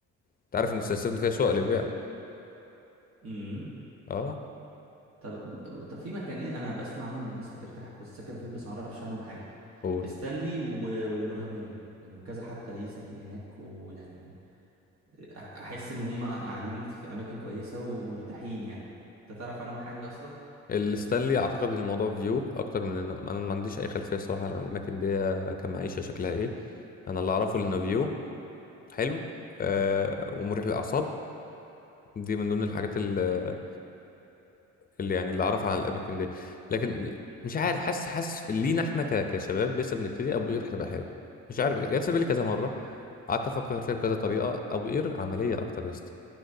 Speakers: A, on the left; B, on the right.
A: انت عارف ان سان ستيفن فيها شقق للبيع
B: امم
A: اه
B: طب طب في مكانين انا بسمع عنهم الناس بترتاح في السكن فيهم بس ما اعرفش عنهم حاجه
A: قول
B: ستانلي و... والابراهيميه يعني وكذا حد الاقيه ساكن هناك ويعني أ- احس ان هم قاعدين في اماكن كويسه ومرتاحين يعني انت تعرف عنهم حاجه اصلا
A: الستانلي اعتقد إن الموضوع فيو اكتر من إنه- انا ما عنديش اي خلفيه الصراحه عن الاماكن دي كمعيشه شكلها ايه انا اللي اعرفه انه فيو حلو آه ومريح للاعصاب دي من ضمن الحاجات اللي, اللي يعني اللي اعرف عن الاماكن دي لكن مش عارف حاسس حاسس لينا احنا ك- كشباب لسه بنبتدي ابو قير هتبقى حلوه مش عارف جت في بالي كذا مره قعدت افكر فيها بكذا طريقه ابو قير عمليه اكتر يا اسطى